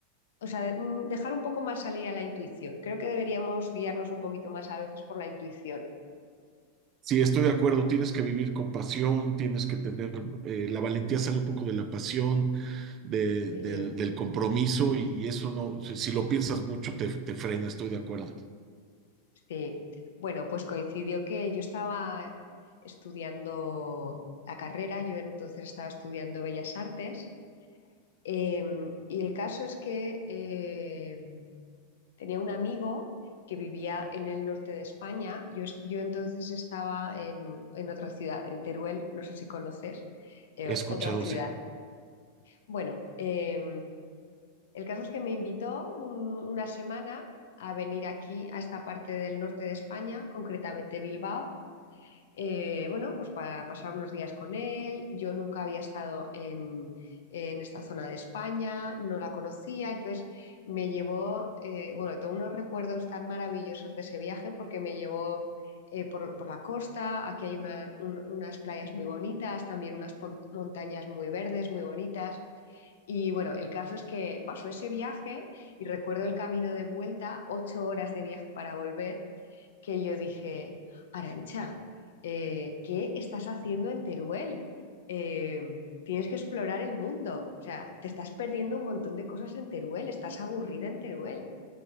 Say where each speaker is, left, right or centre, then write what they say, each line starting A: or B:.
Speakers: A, on the left; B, on the right.
A: O sea, de- mm, dejar un poco más salir a la intuición. Creo que deberíamos guiarnos un poquito más a veces por la intuición.
B: Sí, estoy de acuerdo, tienes que vivir con pasión, tienes que tener, eh, la valentía sale un poco de la pasión, de-
A: Sí.
B: del del compromiso y, y eso no, si, si lo piensas mucho te, te frena, estoy de acuerdo.
A: Sí, bueno, pues coincidió que yo estaba estudiando la carrera, yo entonces estaba estudiando Bellas Artes, eh, y el caso es que eh, tenía un amigo que vivía en el norte de España, yo, es- yo entonces estaba en, en otra ciudad, en Teruel, no sé si conoces, eh,
B: He
A: ot-
B: escuchado,
A: otra ciudad.
B: sí.
A: Bueno, eh, el caso es que me invitó un- una semana a venir aquí, a esta parte del norte de España, concretamente Bilbao eh, bueno, pues para pasar unos días con él. Yo nunca había estado en, en esta zona de España, no la conocía, entonces me llevó, eh, bueno, tengo unos recuerdos tan maravillosos de ese viaje porque me llevó eh, por, por la costa, aquí hay una- un- unas playas muy bonitas, también unas pon- montañas muy verdes, muy bonitas. Y bueno, el caso es que pasó ese viaje y recuerdo el camino de vuelta, ocho horas de viaje para volver que yo dije, Arancha, eh, ¿qué estás haciendo en Teruel? Eh, tienes que explorar el mundo. O sea, te estás perdiendo un montón de cosas en Teruel, estás aburrida en Teruel.